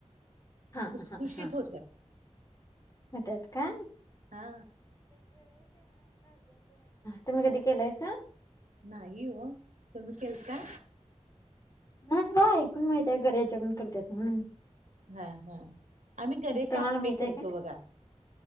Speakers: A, on the left; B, on the right.
A: हा
B: खुसखुशीत
A: हा हा
B: होत्यात.
A: <unintelligible> त्या
B: हा
A: तुम्ही कधी केलंयसा?
B: नाही ओ. तुम्ही केलता?
A: नाही हो ऐकून माहितीये गऱ्याच्या पण करतात म्हणून.
B: हा हा. आम्ही गऱ्याचे
A: तुम्हाला
B: आप्पे
A: माहित आहे
B: करतो
A: का
B: बघा.